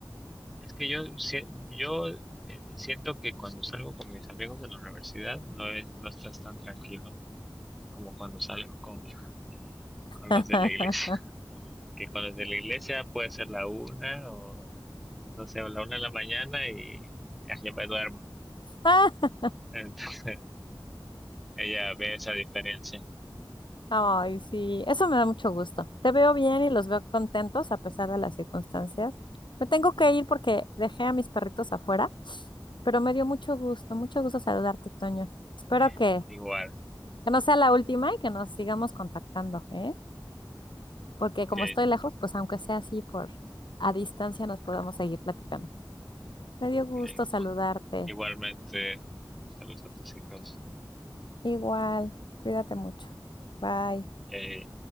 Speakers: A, in the centre; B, on the left.
A: es que yo, si- yo eh, siento que cuando salgo con mis amigos de la universidad no, es- no estás tan tranquilo como cuando salgo con, con los
B: <laughs>
A: de la iglesia. <laughs> Que con los de la iglesia puede ser la una o no sé, o la una de la mañana y ah, ya me duermo.
B: Ah,
A: <laughs> Entonces ella ve esa diferencia.
B: Ay, sí, eso me da mucho gusto. Te veo bien y los veo contentos a pesar de las circunstancias. Me tengo que ir porque dejé a mis perritos afuera, pero me dio mucho gusto, mucho gusto saludarte, Toño. Espero
A: Eh,
B: que,
A: igual,
B: que no sea la última y que nos sigamos contactando, ¿eh? porque
A: ok,
B: como estoy lejos, pues aunque sea así por a distancia nos podamos seguir platicando. Me dio gusto
A: eh, ocu-
B: saludarte.
A: igualmente saludos a tus hijos.
B: Igual, cuídate mucho. Bye.
A: Eh,